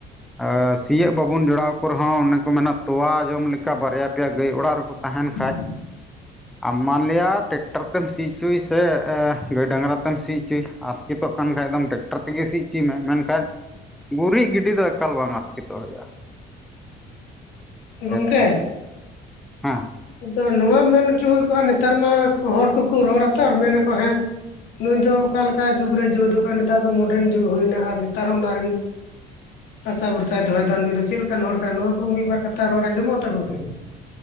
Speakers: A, in the centre; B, on the left (about 75°).
A: ᱟᱨ ᱥᱤᱭᱟᱹᱜ ᱵᱟᱵᱚᱱ ᱡᱚᱲᱟᱣ ᱠᱚ ᱨᱮᱦᱚᱸ ᱾ ᱚᱱᱮ ᱠᱚ ᱢᱮᱱᱼᱟ, ᱛᱳᱣᱟ ᱡᱚᱢ ᱞᱮᱠᱟ ᱨᱮᱦᱚᱸ ᱵᱟᱨᱭᱟ ᱯᱮᱭᱟ ᱜᱟᱭ ᱳᱲᱟᱜ ᱨᱮᱦᱚᱸ ᱾ ᱛᱟᱦᱮᱸᱱ ᱠᱷᱟᱱ
B: <inaudible>
A: ᱟᱨ ᱢᱟᱱ ᱞᱤᱭᱟᱹ ᱴᱨᱮᱠᱴᱚᱨ ᱛᱮᱢ ᱥᱤ ᱦᱚᱪᱚᱭ ᱠᱷᱟᱱ, ᱰᱟᱝᱜᱽᱨᱟ ᱛᱮᱢ ᱥᱤ ᱦᱚᱪᱚᱭ ᱠᱷᱟᱱ ᱾ ᱟᱹᱥᱠᱤᱛᱚᱜ ᱠᱷᱟᱱ ᱫᱚᱢ ᱴᱨᱮᱠᱴᱚᱨ ᱛᱮᱢ ᱾ ᱛᱮᱜᱮ ᱥᱤ ᱦᱚᱪᱚᱭ ᱢᱮ, ᱢᱮᱱᱠᱷᱟᱱ ᱜᱩᱨᱤᱡ ᱜᱤᱰᱤ ᱫᱚ ᱮᱠᱟᱞ ᱵᱟᱝ ᱟᱹᱥᱠᱤᱛᱚᱜ ᱦᱩᱭᱩᱜᱼᱟ
B: ᱜᱚᱢᱠᱮ
A: ᱠᱷᱮᱛ ᱨᱮ ᱦᱮᱸ
B: ᱟᱫᱚ ᱱᱚᱶᱟ ᱢᱮᱱ ᱦᱚᱪᱚ ᱦᱩᱭ ᱠᱚᱜᱼᱟ, ᱱᱮᱛᱟᱨ ᱢᱟ ᱦᱚᱲ ᱠᱚ ᱠᱚ ᱨᱚᱲ ᱟ, ᱛᱚ ᱟᱨ ᱢᱮᱱ ᱟᱠᱳ ᱱᱮᱛᱟᱨ ᱢᱟ ᱾ ᱱᱩᱭ ᱫᱚ ᱚᱠᱟ ᱞᱮᱠᱟᱱ ᱡᱩᱜᱽ ᱥᱮ ᱡᱩᱣᱤᱫᱚᱜ ᱠᱟᱱᱟᱭ, ᱟᱨ ᱱᱮᱛᱟᱨ ᱢᱟ ᱱᱚᱜᱼᱚᱭ ᱢᱚᱰᱟᱨᱱ ᱡᱩᱜᱽ ᱦᱩᱭ ᱮᱱᱟ, ᱟᱨ ᱱᱮᱛᱟᱨ ᱦᱚᱸ ᱾ ᱦᱟᱥᱟ ᱵᱷᱚᱨᱥᱟ ᱫᱚᱦᱚ ᱮᱫᱼᱟ, ᱱᱩᱭ ᱫᱚ ᱪᱮᱫ ᱞᱮᱠᱟᱱ ᱦᱚᱲ ᱠᱟᱱᱟᱭ, ᱱᱚᱶᱟ ᱠᱚ ᱢᱤᱫ ᱵᱟᱨ ᱠᱟᱛᱷᱟ ᱨᱚᱲ ᱟᱸᱡᱚᱢᱚᱜᱼᱟ ᱛᱚ ᱜᱚᱝᱠᱮ ᱾